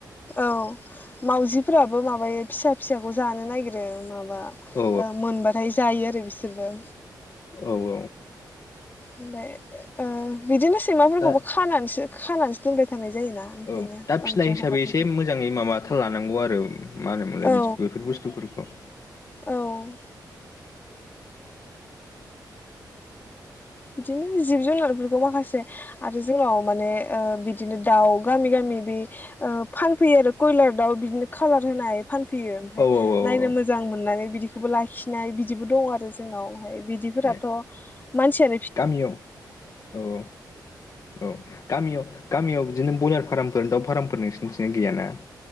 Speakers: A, on the left (about 25°); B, on the left (about 50°).
A: औ मावजिफोराबो माबायो फिसा फिसाखौ जानो नागिरो माबा ओ
B: औ
A: मोनबाथाय जायो आरो बिसोर। सोरबा
B: औ औ।
A: होमबाय ओ बिदिनो सैमाफोरखौबो
B: दा
A: खानानैसो खानानैसो दोनबाय थानाय जायोना ओंखायनो
B: औ दा
A: बांद्राय
B: फिनाय हिसाबै
A: हगारनाय
B: एसे
A: जाया
B: मोजाङै माबा थाल लानांगौ आरो मा होनोमोनलाय
A: औ
B: बिदि बेफोर बुस्थुफोरखौ।
A: औ बिदिनो जिब जुनारफोरखौ माखासे आरो जोंनाव माने ओ बिदिनो दाउ गामि गामि बे ओ फानफैयो आरो कयलार दाउ बिदिनो खालार होनाय फानफैयो ओमफ्राय
B: औ औ
A: नायनो
B: औ
A: मोजां मोननानै बिदि लाखिनाय बिदिबो दं आरो जोंनाव। फ्राय बिदिफोराथ'
B: ए
A: मानसिया
B: गामियाव औ औ औ गामियाव गामियाव बिदि। बिदिनो ब्रयलारमफोर दा फार्मफोर नोंसिथि गैयाना।